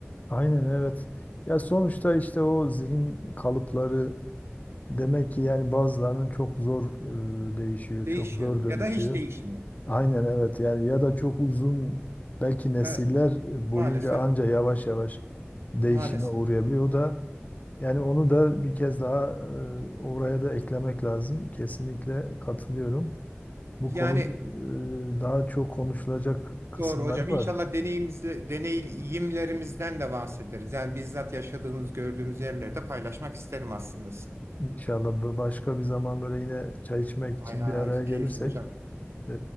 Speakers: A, on the left (about 35°); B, on the right (about 75°).
A: Aynen evet. Ya sonuçta işte o zihin kalıpları demek ki yani bazılarının çok zor e, değişiyor,
B: Değişiyor
A: çok zor dönüşüyor.
B: ya da hiç değişmiyor.
A: Aynen evet yani ya da çok uzun belki nesiller
B: Evet,
A: boyunca
B: maalesef,
A: anca yavaş yavaş değişime
B: maalesef.
A: uğrayabiliyor. O da yani onu da bir kez daha e, oraya da eklemek lazım. Kesinlikle katılıyorum. Bu
B: Yani
A: konu e, daha çok konuşulacak kısımları
B: Doğru hocam. İnşallah
A: var.
B: deneyimizle, deneyimlerimizden de bahsederiz. Yani bizzat yaşadığınız, gördüğünüz yerleri de paylaşmak isterim aslında sizin.
A: İnşallah bu- başka bir zaman böyle yine çay içmek için
B: Hay hay,
A: bir araya gelirsek
B: keyifli hocam.
A: e,